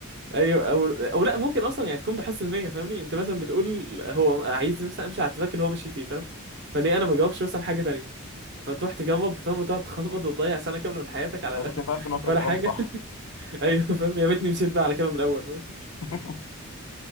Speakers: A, on the right (about 55°); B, on the left (about 75°).
A: ايوه او او لا ممكن اصلا يعني تكون بحس ان فاهمني انت مثلا بتقول هو عايز مثلا امشي على التراك اللي هو ماشي فيه فاهم فليه انا ما جربش مثلا حاجه تانيه فتروح تجرب فاهم وتقعد تخبط وتضيع سنه كامله من حياتك على
B: فأنت كده عارف
A: <laughs>
B: إن هو كان
A: ولا
B: كلامه
A: حاجه
B: صح
A: ايوه فاهم يا ريتني مشيت بقى على كده من الاول فاهم؟
B: <laughs>